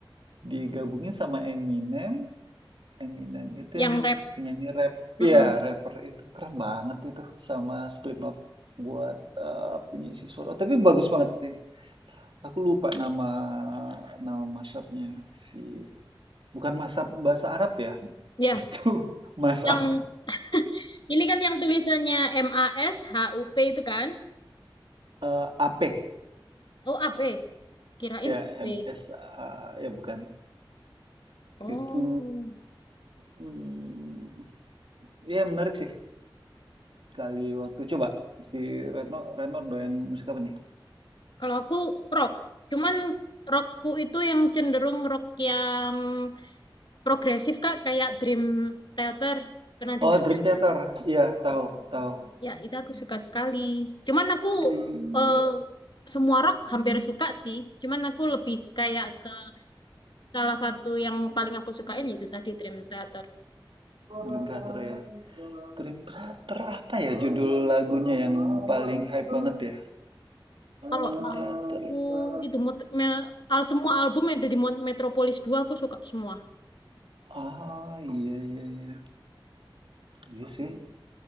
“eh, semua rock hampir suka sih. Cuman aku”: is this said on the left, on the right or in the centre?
Left